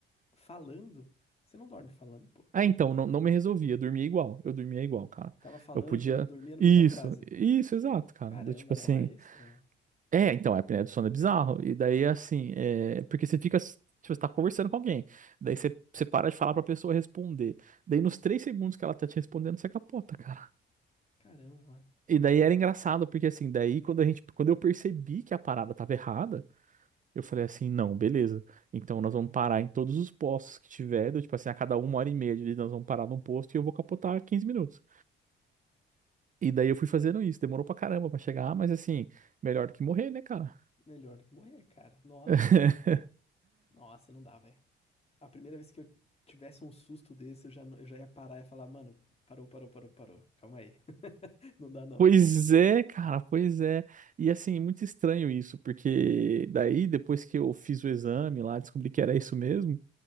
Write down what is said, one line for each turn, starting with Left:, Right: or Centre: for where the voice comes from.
Left: falando, você não dorme falando, pô.
Right: Ah, então, não, não me resolvia, eu dormia igual. Eu dormia igual, cara.
Left: Tava falando
Right: Eu podia.
Left: e dorm- dormia no
Right: Isso,
Left: meio da frase.
Right: isso, exato, cara.
Left: Caramba,
Right: Do tipo
Left: não,
Right: assim.
Left: aí é estranho. mano.
Right: É, então, a apneia do sono é bizarro. E daí, assim, é... porque você fica, tipo, você tá conversando com alguém. Daí você, você para de falar pra pessoa responder. Daí, nos três segundos que ela tá te respondendo, você capota, cara.
Left: Caramba, mano.
Right: E daí era engraçado, porque assim, daí quando a gente, quando eu percebi que a parada tava errada, eu falei assim, não, beleza. Então nós vamos parar em todos os postos que tiver, do, tipo assim, a cada uma hora e meia de nós vamos parar num posto e eu vou capotar 15 minutos. E daí eu fui fazendo isso, demorou pra caramba pra chegar, mas assim, melhor do que morrer, né, cara?
Left: Melhor do que morrer, cara. Nossa,
Right: <laughs>
Left: mano. Nossa, não dá, velho. A primeira vez que eu tivesse um susto desse, eu já, não- eu já ia parar e ia falar, mano, parou, parou, parou, parou. Calma aí. <laughs> Não dá, não.
Right: Pois é, cara, pois é. E assim, muito estranho isso, porque daí depois que eu fiz o exame lá, descobri que era isso mesmo.